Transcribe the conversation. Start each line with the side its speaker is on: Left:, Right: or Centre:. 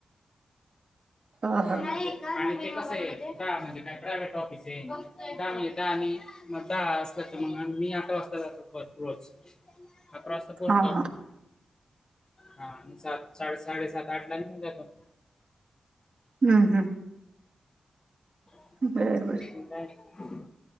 Right: हा हा
Left: नाही आणि ते कस आहे का म्हणजे प्रायवेट टॉफिसय दहा म्हणजे दहा नाही. म दहा असत त मग मी अकरा वाजता जातो फर्स्ट रोस्ट अकरा वाजता पोहोचतो
Right: हा
Left: ऑफिसला.
Right: हा
Left: हा आणि सात साडे -साडेसात आठ ला निघुन जातो.
Right: हम्म हम्म.
Left: <inaudible>
Right: बर
Left: ते
Right: बर
Left: काय <unintelligible>